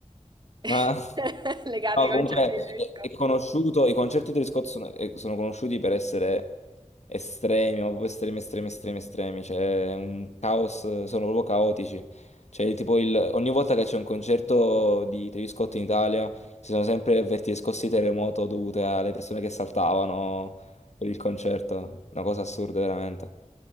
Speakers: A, on the right (about 35°); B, on the left (about 65°).
A: <laughs>
B: Ma
A: legate
B: no,
A: ai concerti
B: comunque
A: di
B: è,
A: Travis Scott.
B: è conosciuto, i concerti di Travis Scott sono, eh, sono conosciuti per essere estremi, ma proprio estremi, estremi, estremi, estremi, cioè è un caos, sono proprio caotici. Cioè, tipo il- ogni volta che c'è un concerto di Travis Scott in Italia si sono sempre avvertite scosse di terremoto dovute alle persone che saltavano per il concerto, una cosa assurda veramente.